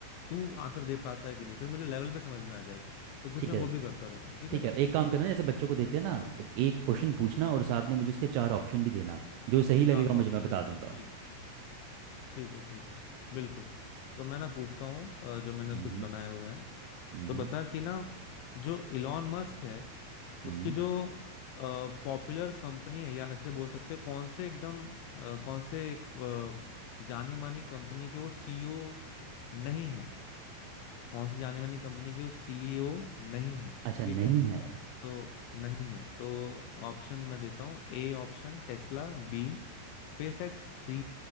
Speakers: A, on the left; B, on the right.
A: तू आंसर दे पाता है कि नहीं फिर मुझे लेवल पे समझ में आ जाएगा तो कुछ
B: ठीक
A: मैं
B: है
A: वो भी करता रहता हूँ ठीक
B: ठीक
A: है ना
B: है एक काम करना जैसे बच्चों को देते हैं ना एक क्वेश्चन पूछना और साथ में मुझे उसके चार ऑप्शन भी देना जो सही
A: चार
B: लगेगा मुझे
A: ऑप्शन
B: मैं बता
A: देना
B: दूंगा
A: ठीक है। ठीक है ठीक है बिल्कुल तो मैं ना पूछता हूँ अ, जो मैंने
B: हम्म
A: कुछ बनाए हुए हैं
B: हम्म,
A: तो बता कि ना जो इलॉन मस्क है
B: हम्म।
A: उसकी जो पॉपुलर कंपनी है या ऐसे बोल सकते हो कौन से एकदम अ, कौन से एक जानी मानी कंपनी के वो सीईओ नहीं है कौन सी जानी मानी कंपनी की वो सीईओ नहीं है
B: अच्छा
A: ठीक
B: नहीं
A: है
B: है
A: सो नहीं है तो ऑप्शन मैं देता हूँ A option Tesla B space X C